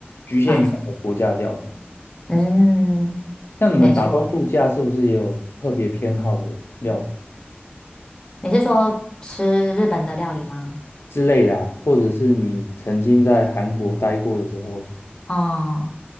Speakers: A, on the left; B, on the left.
A: 局限于哪个国家的料理。
B: 啊嗯，
A: 像你们打工度假是不是也有特别偏好的料理
B: 没错。你是说吃日本的料理吗？
A: 之类的啊？或者是你曾经在韩国待过的时候，
B: 哦，